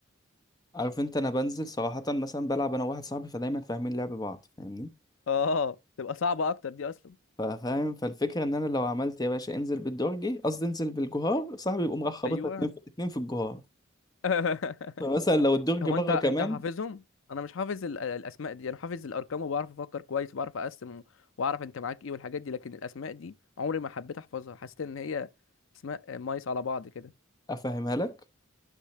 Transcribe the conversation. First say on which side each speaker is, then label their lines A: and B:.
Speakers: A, on the left; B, on the left.
A: عارف انت انا بنزل صراحة مثلا بلعب انا واحد صاحبي فدايما فاهمين لعب بعض فاهمني
B: اه تبقى صعبة اكتر دي اصلا
A: ففاهم فالفكرة ان انا لو عملت يا باشا انزل بالدرجي قصدي انزل بالجهار صاحبي يقوم راح خابطها
B: ايوه
A: اتنين في اتنين في الجهار
B: <laughs>
A: فمثلا لو الدرج
B: هو
A: بره
B: انت انت
A: كمان
B: حافظهم انا مش حافظ ال- الاسماء دي انا حافظ الارقام وبعرف افكر كويس وبعرف اقسم واعرف انت معاك ايه والحاجات دي لكن الاسماء دي عمري ما حبيت احفظها حسيت ان هي اسماء مايس على بعض كده
A: افهمها لك